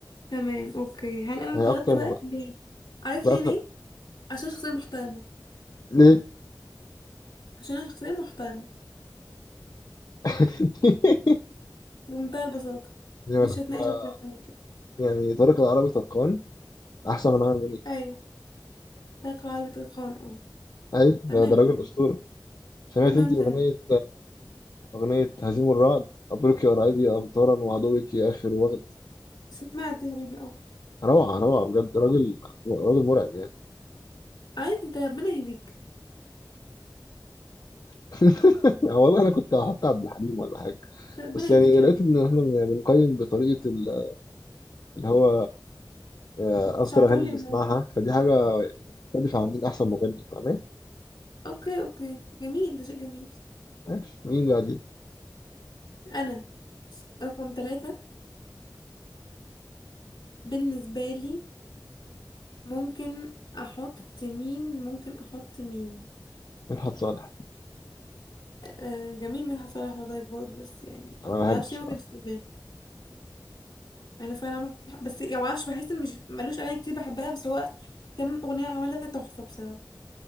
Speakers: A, on the left; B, on the left.
A: تمام اوكي هل انا اعترضت
B: يعني اكتر
A: بقى
B: مغني
A: ليه عارف
B: ده
A: ليه
B: اكتر
A: ليه عشان شخصية محترمة
B: ليه؟
A: عشان انا شخصية محترمة
B: <laughs>
A: بمنتهى البساطة
B: يعني
A: مش
B: انا كنت
A: هتناقش
B: بقى...
A: اكتر من كده
B: يعني طارق العربي طرقان احسن من عامر منيب
A: ايوه تلقى عربي تلقان اه
B: اي ده,
A: تمام
B: ده راجل
A: تمام
B: اسطوره سمعت
A: تمام
B: انت اغنيه
A: تمام
B: اغنيه هزيم الرعد مبروك يا قرايبي امطارا وعدوك يا اخر وغد
A: سمعت يا حبيبي اه
B: روعه روعه بجد راجل راجل مرعب يعني
A: عارف انت ربنا يهديك
B: <laughs> والله انا كنت هحط عبد الحليم ولا حاجه
A: ربنا
B: بس
A: يهديك
B: يعني
A: يا
B: لقيت
A: حبيبي
B: ان احنا بن- بنقيم بطريقه ال- اللي هو آه، اكتر
A: شعبولي
B: اغاني بنسمعها
A: الموضوع
B: فدي حاجه مختلفه عن مين احسن مغني فاهم
A: اوكي اوكي جميل ده شيء جميل
B: ماشي مين بقى دي
A: انا رقم ثلاثة بالنسبة لي ممكن احط مين ممكن احط مين
B: مدحت صالح
A: آه جميل مدحت صالح والله برضه بس يعني
B: انا بحبه
A: ما اعرفش
B: الصراحه
A: ليه ما كانش في دماغي انا فعلا عمل حق- بس يعني ما اعرفش بحس ان مش ملوش اغاني كتير بحبها بس هو كم اغنيه عملها تحفه بصراحه